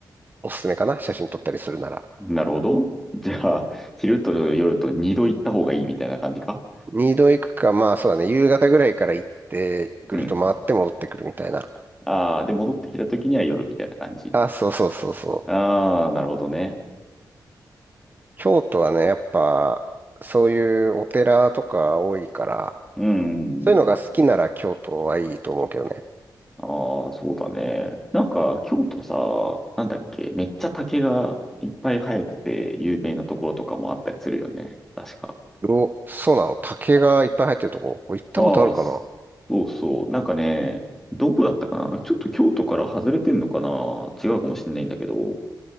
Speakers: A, on the right; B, in the centre.
A: おすすめかな、写真撮ったりするなら。
B: うん。なるほど。じゃあ、昼と夜と二度行った方がいいみたいな感じか
A: 二度行くか、まあそうだね、夕方ぐらいから行って、ぐるっと回って戻ってくるみたいな。
B: うん。ああ、で、戻ってきた時には夜みたいな感じ。
A: あ、そうそうそうそう。
B: ああ、なるほどね。
A: 京都はね、やっぱ、そういうお寺とか多いから、
B: うん、うんうん。
A: そういうのが好きなら京都はいいと思うけどね。
B: ああ、そうだね。なんか、京都さ、なんだっけ、めっちゃ竹がいっぱい生えてて有名なところとかもあったりするよね。確か。
A: お、そうなの。竹がいっぱい入ってるとこ。これ行ったことあるかな
B: ああ、そうそう。なんかね、どこだったかなちょっと京都から外れてんのかな違うかもしれないんだけど、